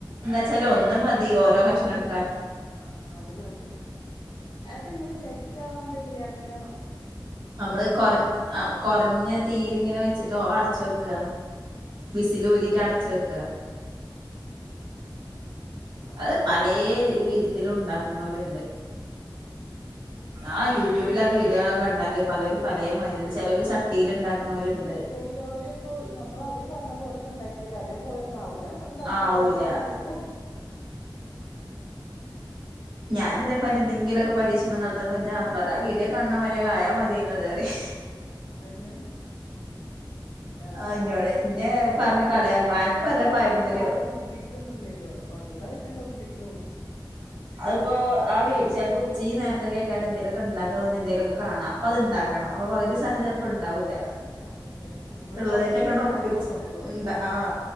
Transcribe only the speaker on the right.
ച്ചാല് ഒന്നു മതി ഓരോ കഷ്ണെട്
നമ്മള് കൊറ ആ കൊറഞ്ഞ തീയിലിങ്ങനെ വെച്ചിട്ടോ അടച്ച ക്ക
വിസിലൂരിറ്റാടെ ക്ക
അത് പലേ വിധത്തിലുണ്ടാ ക്കണോല്ണ്ട്.
ആ യൂട്യൂബിൽ ആ വീഡിയോക്കെ കണ്ടാല് പലരും പലയമാതിരിണ്ട് ചെലൊര് ചട്ടിലിണ്ടാക്കലോര്ണ്ട്.
ആവൂല
ഞാനിതേപോലെ എന്തെങ്കിലൊക്കെ പരീക്ഷണം നടത്തുമ്പോ ഞാമ്പറ ആ വീഡിയോ കാണമാതിരിക്കായാ മതിയാന്. അതെറയ്
ആഹ് ഇന്നോട്
ഇന്നെ
പറഞ്ഞ്
കളിയാക്കും അനക്ക്
വല്ല പഴമ്പൊരിയോ
ഇപ്പൊ ആ വീട് ചെലപ്പോ ഉച് ഈ നേരത്തെക്കെയായ്കാരം എന്തേലൊക്കെ ഉണ്ടാക്കോന്നാ എന്തേലുക്കെ കാണാം അപ്പത്ണ്ടാ ക്കണം അപ പകുതി
സാധനം ചെലപ്പോണ്ടാവൂല.
ഇള്ളതെറ്റേക്കൊന്ന്
ഒപ്പിച്ച്
ഇണ്ടാ ആ